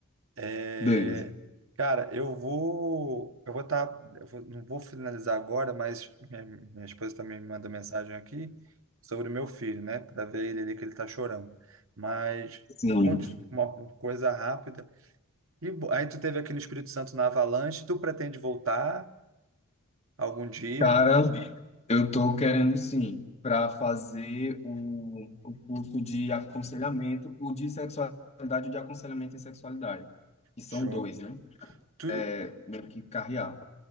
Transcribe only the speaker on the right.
É,
cara, eu vou, eu vou estar, eu vou- não vou finalizar agora, mas minha, minha esposa também me mandou mensagem aqui sobre o meu filho, né? Para ver ele ali que ele tá chorando. Mas
conte uma coisa rápida. E bo- aí tu teve aqui no Espírito Santo na Avalanche, tu pretende voltar? Algum dia,
show.
Tu,